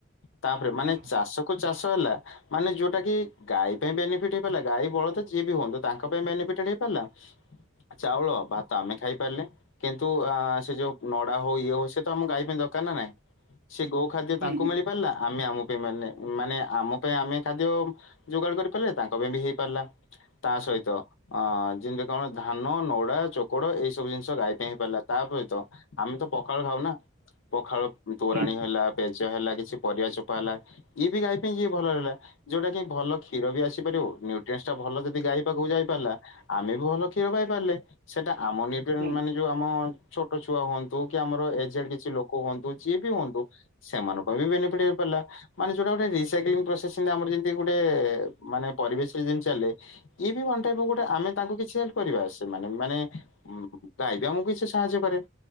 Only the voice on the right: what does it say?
ହଁ
ହୁଁ
ହୁଁ
ହୁଁ
ହୁଁ